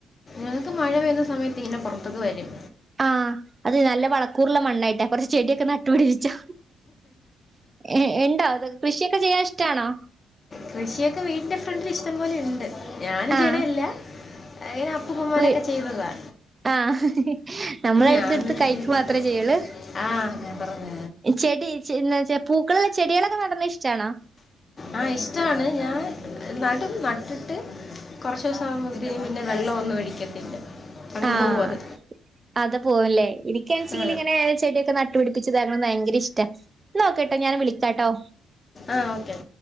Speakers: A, on the left; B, on the right.
A: ഞങ്ങക്ക് മഴ പെയ്യുന്ന സമയത്ത് ഇങ്ങനെ പൊറത്തൊക്കെ വരും.
B: ആഹ്, അത് നല്ല വളക്കൂറുള്ള മണ്ണായിട്ടാ കൊറച്ച് ചെടിയൊക്കെ നട്ടു പിടിപ്പിച്ചോ. എഹ് എണ്ടോ അത്, കൃഷിയൊക്കെ ചെയ്യാൻ ഇഷ്ട്ടാണോ?
A: കൃഷിയൊക്കെ വീടിന്റെ ഫ്രണ്ടില് ഇഷ്ടം പോലെ ഉണ്ട്. ഞാന് ചെയ്യ്ണല്ല.
B: ആഹ്
A: അയിന് അപ്പൂപ്പമാരൊക്കെ
B: വ്
A: ചെയ്തതാ.
B: ആഹ് നമ്മള്ള് അവിട്ന്നെടുത്ത്
A: ഞാനൊന്നും
B: കൈക്കു
A: ചെയ്തില്ല
B: മാത്രേ ചെയ്യുള്ളു?
A: ആ ഞാൻ പറഞ്ഞ
B: ചെടി ചെ എന്ന് വെച്ച പൂക്കളുള്ള ചെടികളൊക്കെ നടുന്നത് ഇഷ്ടാണോ?
A: ആഹ്, ഇഷ്ടാണ്. ഞാൻ നടും, നട്ടിട്ട്... കുറച്ച് ദിവസം ആവുമ്പത്തേക് പിന്നെ വെള്ളം ഒന്നും ഒഴിക്കത്തില്ല. അങ്ങ്
B: ആഹ്
A: പോവും അത്
B: അത് പോവും ല്ലേ? എനിക്കാണെച്ചെങ്കിൽ
A: ആ
B: ഇങ്ങനെ ചെടിയൊക്കെ നട്ടുപിടിപ്പിച്ച് താക്ക്ണ് ഭയങ്കര ഇഷ്ട. ന്നാ ഓക്കെട്ടോ, ഞാൻ വിളിക്കാട്ടോ?
A: ആഹ്, ഓക്കെ.